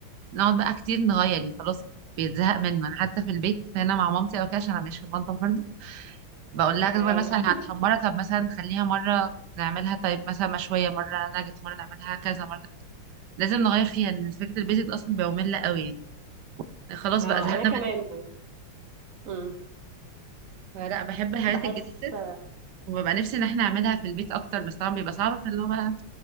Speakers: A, on the right; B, on the right.
A: نقعد بقى كتير نغير يعني خلاص بيتزهق منه أنا حتى في البيت هنا مع مامتي أو كده عشان أنا مش في المطبخ برضه بقول لها
B: اه
A: بقول مثلا هتحمرها طب مثلا نخليها مرة نعملها طيب مثلا مشوية مرة ناجت مرة نعملها كذا مرة لازم نغير فيها لأن فكرة البيزك ده أصلا بقى مملة قوي يعني يعني خلاص
B: اه
A: بقى زهقنا
B: انا كمان
A: من
B: برضه. امم
A: فلا بحب الحاجات
B: بحس
A: الجديدة وببقى نفسي إن احنا نعملها في البيت أكتر بس طبعا بيبقى صعب فاللي هو بقى